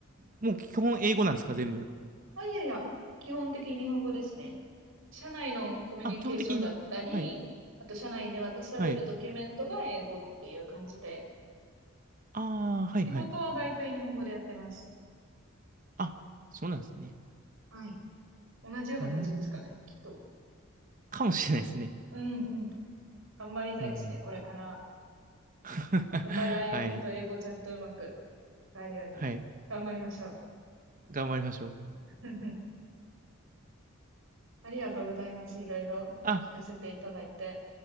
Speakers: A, on the right (about 40°); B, on the right (about 75°).
A: もう基本英語なんですか、全部。
B: まあ、いやいや、基本的に日本語ですね。社内のコミュニケーションだったり、
A: あ、基本的に、はい、
B: あと社内で渡されるドキュメントが英語っていう感じで、
A: はい。ああ、はい、
B: 仕事は大体日本語でやってます。
A: はい。あ、そうなんですね。
B: はい。同じような感じですかね、
A: うーん、
B: きっと。
A: かもしれないですね。
B: うんうん。頑張りたいですね、
A: うん、うん。
B: これから。
A: <laughs>
B: お互いもっと英語ちゃんとうまく
A: はい、
B: 使えるように頑張りましょう。
A: はい。頑張りましょう。
B: <laughs> ありがとうございます。いろいろ聞かせていただいて。
A: あ、